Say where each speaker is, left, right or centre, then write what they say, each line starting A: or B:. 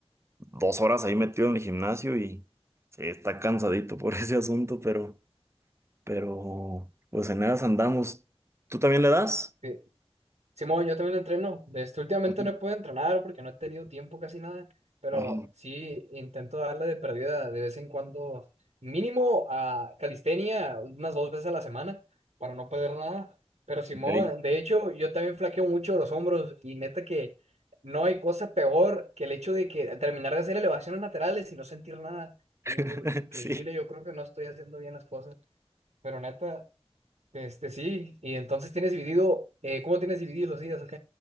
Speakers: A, on the right; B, on the right.
A: dos horas ahí metido en el gimnasio y sí, está cansadito por <laughs> ese asunto, pero, pero, pues en esas andamos. ¿Tú también le das?
B: sí. Simón, yo también entreno. Este, últimamente
A: Ajá.
B: no he podido entrenar porque no he tenido tiempo casi nada, pero
A: Ajá.
B: sí intento darle de perdida de vez en cuando, mínimo a calistenia unas dos veces a la semana para no perder nada. Pero Simón,
A: Ok.
B: de hecho, yo también flaqueo mucho los hombros y neta que no hay cosa peor que el hecho de que terminar de hacer elevaciones laterales y no sentir nada.
A: <laughs>
B: Y Digo yo, increíble,
A: Sí.
B: yo creo que no estoy haciendo bien las cosas, pero neta. Este sí, y entonces tienes dividido, eh, ¿cómo tienes dividido los días? Ok.